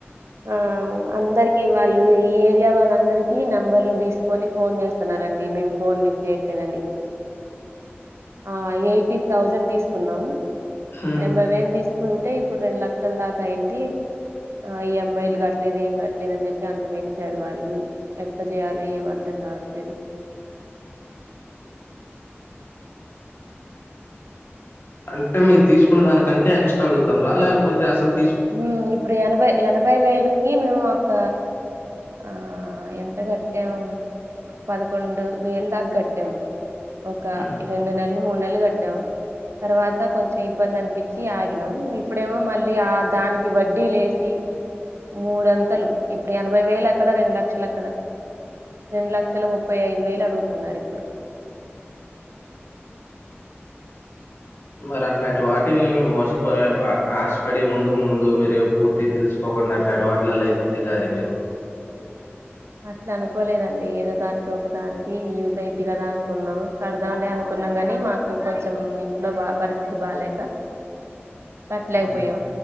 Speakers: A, on the right; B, on the left.
A: ఆ అందర్ వాళ్ళు ఈ ఏరియా వాళ్ళందరికీ నెంబర్లు తీసుకొని ఫోన్ చేస్తున్నారండి మేము ఫోన్ లిఫ్ట్ చేయట్లేదని. ఆ ఎయిటీ థౌజండ్ తీసుకున్నాం.
B: ఉమ్.
A: యానభై వేలు తీస్ కుంటే ఇప్పుడు రెండు లక్షల దాకా అయింది. ఆ ఈ ఎమ్ ఐ లు కట్టట్లేదు ఏం గట్లేదు అని చెప్పి అంత పెంచారు వాళ్ళు ఎట్లా చేయాలో ఏం అర్ధం కావట్లేదు.
B: అంటే మీరు తీసుకున్న దానికంటే ఎగస్ట్రా అడుగుతుంరా లేకపోతే అసల్
A: మ్ ఇప్పుడు ఎనభై ఎనభై వేలుకి మేము ఒక ఆహ ఎంత కట్టాము ఒక పదకొండు వేలు దాకా కట్టామ్ ఒక
B: ఉమ్.
A: రెండు నెలలు మూడు నెలలు కట్ తర్వాత కొంచెం ఇబ్బంది అనిపించి ఆగినం ఇప్పుడేమో మళ్ళీ ఆ దానికి వడ్డీ లేసి మూడంతలు ఇప్పుడు ఎనభై వేలు ఎక్కడ రెండు లక్షలు ఎక్కడ రెండు లక్షల ముప్పై ఐదు వేలు అడుగుతున్నారు ఇప్పుడు
B: మరి అట్లాంటి వాటిని మోసపో ఆ ఆశపడి ముందుకు ముందు మీరు పూర్తి తెలుసుకోకుండా అట్లాంటి వాటిలల్ల ఎందుకు దిగాలి మీరు
A: అట్లా అనుకోలేదండి ఏదో దానికి ఒక దానికి యూజ్ అయిద్ది కదా అనుకున్నాం. కడదాంలే అనుకున్నాం కాని మాకు కొంచెం ఇంట్లో బాగా పరిస్థితి బాలేేక కట్టలేకపోయాం.
B: ఉమ్.